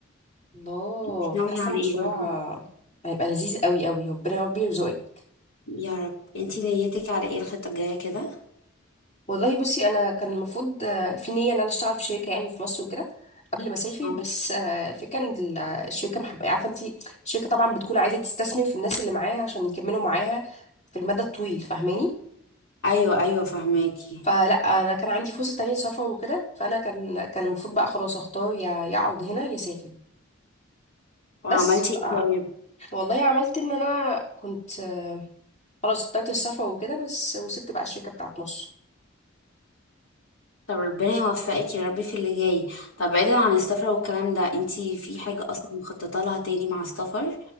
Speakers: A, on the left; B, on the left.
A: الله
B: انتي ناوية
A: حاسة
B: على
A: المشروع
B: ايه برضو؟
A: هيبقى لذيذ قوي قوي ربنا يا رب يرزقك
B: يا رب انتي نيتك على ايه الخطة الجاية كده؟
A: والله بصي انا كان المفروض آه، في نية ان انا اشتغل في شركة يعني في مصر وكده قبل ما اسافر
B: آه.
A: بس آه، الفكرة ان ال- آه، الشركة محب... عارفة انتي الشركة طبعا بتكون عايزة تستثمر في الناس اللي معاها عشان يكملوا معاها في المدى الطويل فاهماني
B: أيوة أيوة فهماكي
A: فلا انا كان عندي فرصه تانية سفر وكده فانا كان كان المفروض بقى خلاص اختار يا يا اقعد هنا يا اسافر
B: وعملتي
A: بس
B: ايه
A: ف-
B: طيب؟
A: والله عملت ان انا كنت آه، خلاص اخترت السفر وكده بس وسبت بقى الشركه بتاعت مصر
B: طب ربنا يوفقك يا رب في اللي جاي طب بعيدا عن السفر والكلام ده انتي في
A: ان شاء
B: حاجة
A: الله
B: اصلا مخططة لها تاني مع السفر